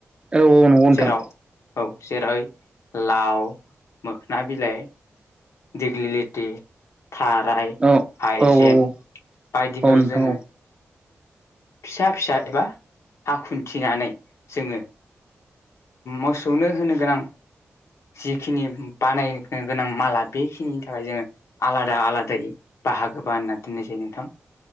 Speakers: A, on the right; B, on the left.
A: औ औ नंगौ नोथां
B: जेराव औ जेरै लाव मोखोना बिलाइ दिगलि लटि थाराय
A: औ
B: हाइजें
A: औ औ
B: बायदिखौ
A: औ नोंथां
B: जोङो
A: औ
B: फिसा फिसा एबा आखुथिनानै जोङो मोसौनो होनो गोनां जिखिनि बानायनो गोनां माला बेखिनिनि थाखाय जोङो आलादा आलादायै बाहागोबा होनना दोननाय जायो नोंथां।